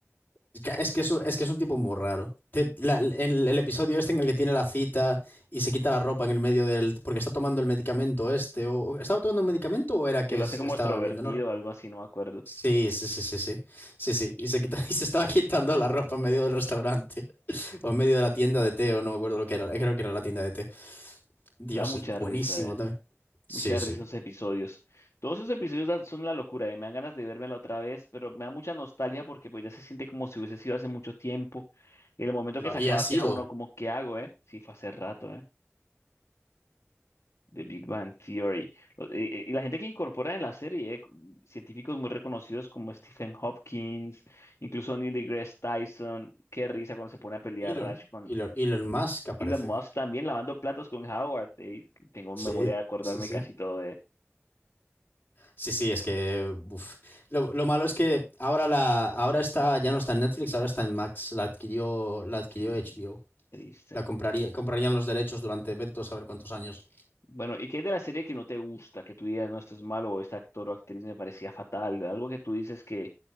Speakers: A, on the left (about 40°); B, on the left (about 70°).
A: es que es, que es un- es que es un tipo muy raro. Te- la- en el episodio este en el que tiene la cita y se quita la ropa en el medio del... porque está tomando el medicamento este, o, o- ¿estaba tomando un medicamento o era que
B: Que lo
A: es-
B: hace como
A: estaba
B: extrovertido
A: viendo? No recuerdo.
B: o algo así, no me acuerdo.
A: Sí, sí, sí, sí, sí. Sí, sí. Y se quita, <laughs> y se estaba quitando la ropa en medio del restaurante <laughs> o en medio de la tienda de té, o no me acuerdo lo que era. Creo que era la tienda de té. Dios,
B: Da mucha
A: es buenísimo
B: risa, eh.
A: también. Sí,
B: Mucha
A: sí.
B: risa esos episodios. Todos esos episodios dan- son la locura, eh, Me dan ganas de vérmela otra vez, pero me da mucha nostalgia porque pues ya se siente como si hubiese sido hace mucho tiempo. Y en el momento
A: Y, lo-
B: que se
A: y
B: acaba
A: ha sido
B: queda uno como, ¿qué hago, eh? Sí, fue hace rato, eh. The Big Bang Theory. Lo- eh, eh, Y la gente que incorpora en la serie, eh, científicos muy reconocidos como Stephen Hopkins, incluso Neil deGrasse Tyson. Qué risa cuando se pone a pelear
A: Elon,
B: Rush con
A: Elon, Elon Musk que aparece.
B: Elon Musk también lavando platos con Howard. eh, Tengo
A: Sí,
B: memoria de acordarme
A: sí, sí.
B: casi todo de...
A: Sí, sí, es que uf. Lo, lo malo es que ahora la, ahora está, ya no está en Netflix, ahora está en Max. La adquirió, la adquirió
B: mm,
A: HBO.
B: Triste.
A: La compraría, comprarían los derechos durante vete tú a saber cuántos años.
B: Bueno, ¿y qué es de la serie que no te gusta? Que tú digas, no, esto es malo, o este actor o actriz me parecía fatal. Algo que tú dices que,